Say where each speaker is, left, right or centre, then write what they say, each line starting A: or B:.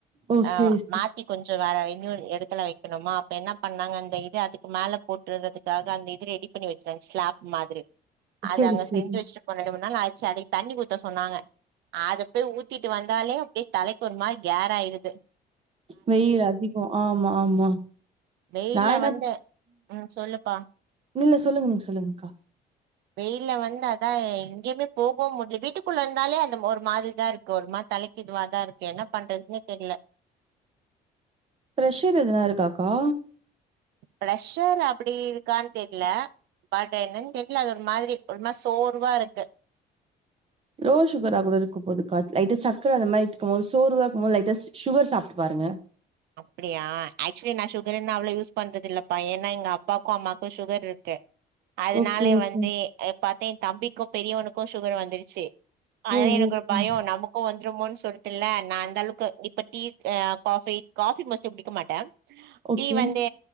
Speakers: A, on the right (about 35°); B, on the right (about 75°).
A: ஓ
B: ஆ
A: செரி
B: மாத்தி கொஞ்சோ அத இன்னொரு எடத்துல வெக்கணுமா அப்ப என்ன பண்ணாங்க அந்த இது அதுக்கு மேல போட்டு விடறதுக்காக அந்த இது ரெடி பண்ணி வெச்சா ஸ்லாப் மாதிரி அது
A: சேரி
B: அங்க
A: சேரி
B: செஞ்சு வெச்சிட்டு போன எடோ வந்து ம்ப நாளாச்சு அதுக்கு தண்ணி ஊத்த சொன்னாங்க அத போய் ஊத்திட்டு வந்தாலே அப்டியே தலைக்கு ஒருமாரி கேர்ராயிடுது
A: வெயில் அதிகோ ஆமா ஆமா
B: வெயில
A: நா என்ன
B: வந்த ம் சொல்லுப்பா
A: இல்ல சொல்லுங்க நீங்க சொல்லுங்க்கா
B: வெயில வந்து அதா எங்கேயுமே போகோ முடி வீட்டுக்குள்ள இந்தாலே அந்த ஒரு மாரிதா இருக்கு ஒரு மா தலைக்கு இதுவாதா இருக்கு என்ன பண்றதுனே தெரில
A: பிரெஷர் எதுனா இருக்காக்கா
B: பிரெஷர் அப்டி இருக்கான்னு தெரில பட் என்னன் தெரில அது ஒரு மாரி ஒருமாரி சோர்வா இருக்கு
A: லோ சுகரா கூட இருக்க போதுக்கா லைட்டா சக்கர அந்த மாதிரி எடுத்துக்கும்போது சோருவா இருக்கும்போது லைட்டா சுகர் சாப்ட்டு பாரு ங்க
B: அப்டியா ஆக்சுவலி நா சுகர்ன்ன அவ்ளோ யூஸ் பண்றதில்லப்பா ஏனா எங்க அப்பாக்கு அம்மாக்கு சுகர் இரு க்கு அதனாலே
A: ஓகே ஓகே
B: வந்து பாத்தா என் தம்பிக்கு பெரியவனுக்கு சுகர் வந்துருச்சு அதனா
A: ஓ
B: எனக்கு
A: ஓகே
B: ஒரு பயோ நமக்கு வ வந்துறுமோனு சொல்ட்டுல்ல நான் அந்த அளவுக்கு இப்ப டீ காஃபி காஃபி மோஸ்ட்லி குடிக்க மாட்டே
A: ஓகே
B: டீ வந்து